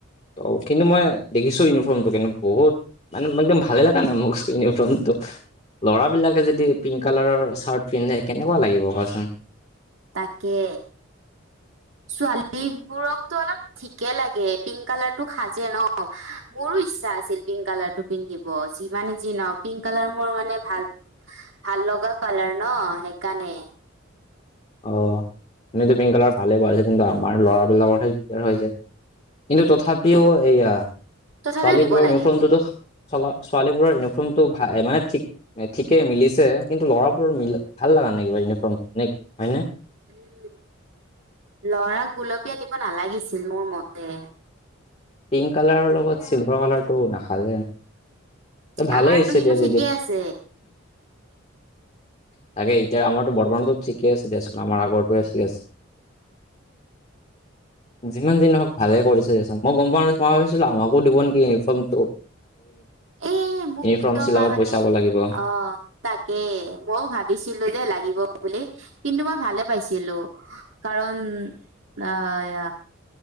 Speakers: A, on the left (about 35°); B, on the right (about 70°).
A: ত কিন্তু মই দেখিছো ইউনিফৰ্মটো কিন্তু বহুত মানে একদম ভালে লগা নাই। মোৰ ইউনিফৰ্মটো ল'ৰাবলাকে যদি পিংক কালাৰৰ চাৰ্ট পিন্ধে কেনেকুৱা লাগিব কোৱাচোন।
B: তাকে,
A: উ <unintelligible>
B: ছোৱালী বোৰকতো অলপ ঠিকে লাগে পিংক কালাৰটো চাজে ন মোৰো ইচ্ছা আছিল পিংক কালাৰ টো পিন্ধিব যি মানে যি নওক পিংক কালাৰ মোৰ মানে ভাল। ভাল লগা কালাৰ ন সেইকাৰণে
A: অ তুমিতো পিংক কালাৰ ভালে পোৱাই কিন্তু আমাৰ লৰাবিলাকৰহে দিগদাৰ হৈ যায়। কিন্তু তথাপিও এইয়া
B: তথাপিও
A: ছোৱালীবোৰৰ
B: দিব লাগে
A: ইউনিফৰ্মটোতো। চ ছোৱালী বোৰৰ ইউনিফৰ্ম টো ভাল মানে ঠিক ঠিকে মিলিছে কিন্তু ল'ৰাবোৰৰ মিল ভাল লাগ। আনিব ইউনিফৰ্ম হয় নে।
B: উ লৰাক গুলপীয়া দিব নালাগিছিল মোৰ মতে
A: পিংক কালাৰৰ লগত চিল্ভাৰ কালাৰটো নাখাজে ত ভালেই
B: আমাৰতো
A: হৈছে
B: কিন্তু
A: দিয়া জেদিয়া।
B: ঠিকে আছে
A: তাকে এতিয়া আমাৰতো বৰ্তমানটো ঠিকে আছে দেচোন আমাৰ আগৰটো আছে-আছে। যিমান দিন হক ভালে কৰিছে দিয়াছোন। মই গম পোৱা নাই মই ভাছিলো আমাকো দিবে নেকি ইউনিফৰ্মটো।
B: এ মোক
A: ইউনিফৰ্ম
B: কিয়
A: চিলাব
B: বা মানে
A: পইচা পাব লাগিব
B: অ' তাকে মইও ভাবিছিলো যে লাগিব বুলি। কিন্তু মই ভালে পাইছিলো কাৰণ আহ